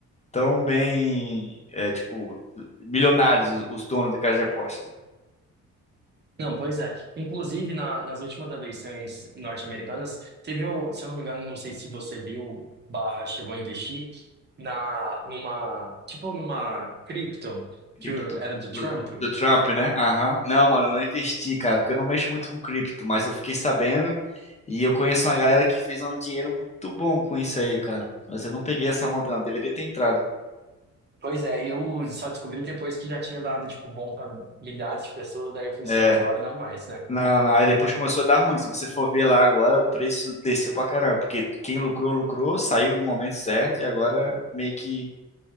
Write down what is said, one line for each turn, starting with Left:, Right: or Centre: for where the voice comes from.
Left: tão bem, é, tipo, milionários os, os donos de casas de apostas. né?
Right: Não, pois é. Inclusive, na- nas últimas eleições norte-americanas, teve, o- se eu não me engano, não sei se você viu, barra, chegou a investir na, numa, tipo, numa cripto
Left: Cripto
Right: que
Left: do,
Right: era do
Left: do-
Right: Trump.
Left: do Trump, né? Aham. Não, mano, eu não investi, cara, porque eu não mexo muito com cripto, mas eu fiquei sabendo e eu conheço uma galera que fez um dinheiro muito bom com isso aí, cara. Mas eu não peguei essa onda, não. Deveria ter entrado.
Right: Pois é, eu só descobri depois que já tinha dado, tipo, bom para milhares de pessoas, daí eu falei
Left: É.
Right: assim, "É, agora não mais, né?
Left: Não, não. Aí depois começou a dar ruim. Se você for ver lá agora, o preço desceu pra caramba. Porque quem lucrou, lucrou, saiu no momento certo e agora meio que